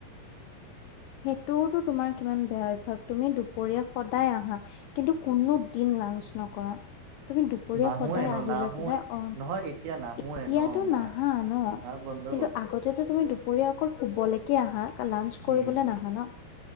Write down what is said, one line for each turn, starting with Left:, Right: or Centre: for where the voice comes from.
Left: সেইটোও তোমাৰ কিমান বেয়া অভ্যাস তুমি দু দুপৰীয়া সদায় আহা কিন্তু কোনো দিন লাঞ্চ নকৰা। তুমি দুপৰীয়া
Right: নাহোৱে
Left: সদায়
Right: ন
Left: আহি
Right: নাহোৱ
Left: লৈ পেলাই অ
Right: নহয় এতিয়া নাহোৱে
Left: এতিয়াতো
Right: ন মই।
Left: নাহা ন
Right: বন্ধ
Left: কিন্তু
Right: কৰিছো।
Left: আগতেতো তুমি দুপৰীয়া অকল শুবলৈকে আহা লাঞ্চ
Right: উম
Left: কৰিবলে নাহা ন।